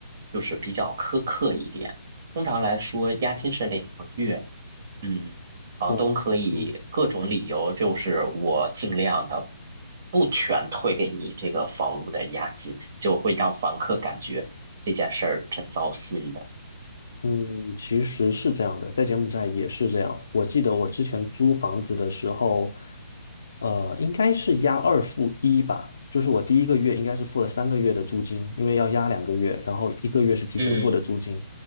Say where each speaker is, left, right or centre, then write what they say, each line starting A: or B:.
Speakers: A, on the right; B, on the left.
A: 就是比较苛刻一点，通常来说押金是两个月。嗯，房东可以各种理由，
B: 我，嗯，
A: 就是我尽量的不全退给你这个房屋的押金，就会让房客感觉这件事儿挺糟心的。
B: 嗯，其实是这样的，在柬埔寨也是这样。我记得我之前租房子的时候，呃，应该是押二付一吧，就是我第一个月应该是付了三个月的租金，因为要押两个月，然后一个月是提前付的租金。
A: 嗯，